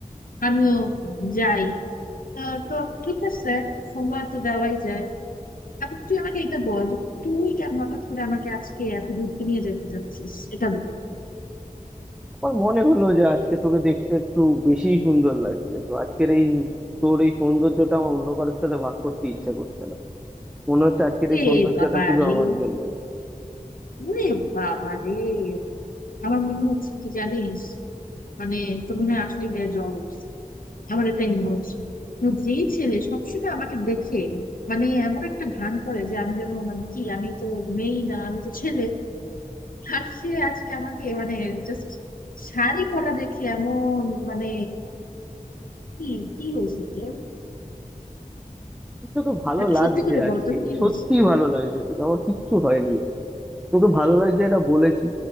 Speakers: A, on the left; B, in the centre.
A: আমিও যাই তা তো ঠিক আছে সময় তো দেওয়াই যায় এখন তুই আমাকে এটা বল যে তুই কেন হঠাৎ করে আমাকে আজকে এত ঘুরতে নিয়ে যেতে চাচ্ছিস এটা বল।
B: আমার মনে হলো যে আজকে তোকে দেখতে একটু বেশিই সুন্দর লাগছে তো আজকের এই তোর এই সৌন্দর্যটা আমার অন্য কারোর সাথে ভাগ করতে ইচ্ছা করছে না মনে হচ্ছে আজকের এই
A: রে
B: সৌন্দর্যটা
A: বাবা
B: শুধু
A: রে
B: আমার জন্য
A: ওরে বাবা রে আমার মনে হচ্ছে কি জানিস মানে তুমি না আসলে গ্যা জবস আমার এটাই মনে হচ্ছে তো যেই ছেলে সবসময় আমাকে দেখে মানে এমন একটা ভান করে যে আমি যেন মানে কি আমি তো মেয়ে না আমি তো ছেলে আর সে আজকে আমাকে মানে জাস্ট শাড়ি পরা দেখে এমন মানে কি কি হয়েছে কি
B: তোকে ভালো
A: একটু
B: লাগছে
A: সত্যি করে
B: আজকে
A: বলতো কি হয়েছে
B: সত্যি ভালো লাগছে তোকে আমার কিচ্ছু হয়নি তোকে ভালো লাগছে এটা বলেছি